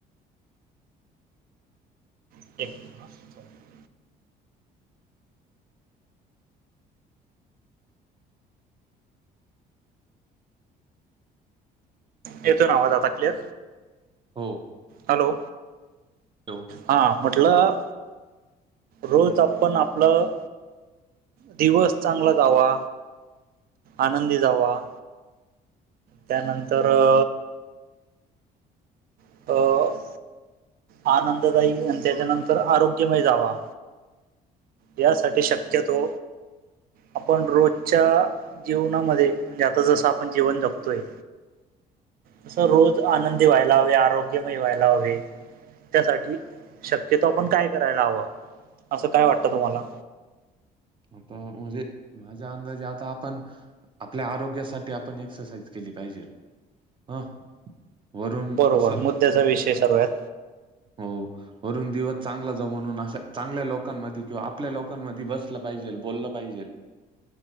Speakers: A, on the right; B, on the right.
A: ओके. हा, चालेल. येतोना आवाज आता क्लिअर.
B: हो.
A: हॅलो
B: येऊ
A: हा. म्हटलं रोज आपण आपलं दिवस चांगला जावा, आनंदी जावा. त्यानंतर आ <unintelligible> आनंददाई आणि त्याच्यानंतर आरोग्यमय जावा. यासाठी शक्यतो आपण रोजच्या जीवनामध्ये म्हणजे आता जसं आपण जीवन जगतोय. असं रोज आनंदी व्हायला हवे आरोग्यमय व्हायला हवे. त्यासाठी शक्यतो आपण काय करायला हवं असं काय वाटतं तुम्हाला?
B: आता म्हणजे माझ्या अंदाजे आता आपण आपल्या आरोग्यासाठी आपण एक्सरसाइज केली पाहिजे ह वरून
A: बरोबर
B: असं
A: मुद्द्याचा विषय सर्वात
B: हो वरून दिवस चांगला जाऊ म्हणून अश्या चांगल्या लोकांमध्ये किंवा आपल्या लोकांमध्ये बस बसले पाहिजे, बोलले पाहिजे